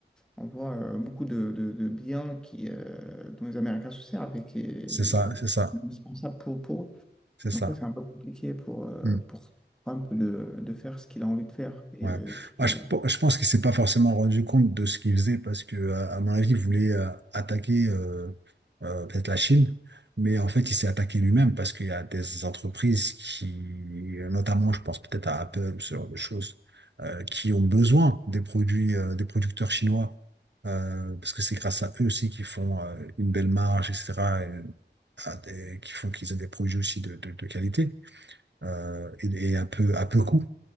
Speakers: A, in the centre; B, on the right.
A: envoie euh, beaucoup de, de- de biens qui, euh, dont les Américains se servent et qui est
B: c'est ça, c'est ça,
A: indispensable pour, pour eux.
B: c'est ça.
A: Donc, oui, c'est un peu compliqué pour, euh,
B: Mm.
A: pour Trump de, de faire ce qu'il a envie de faire. Et
B: Ouais.
A: euh, puis,
B: Moi,
A: euh,
B: je, pe- je pense qu'il s'est pas forcément rendu compte de ce qu'il faisait parce que, euh, à mon avis, il voulait euh, attaquer euh, euh, peut-être la Chine, mais en fait, il s'est attaqué lui-même parce qu'il y a des entreprises qui, notamment, je pense peut-être à Apple, ce genre de choses, euh, qui ont besoin des produits euh, des producteurs chinois euh, parce que c'est grâce à eux aussi qu'ils font euh, une belle marge, etc. et- à des- qui font qu'ils aient des produits aussi de, de, de qualité euh, et, et à peu, à peu coût.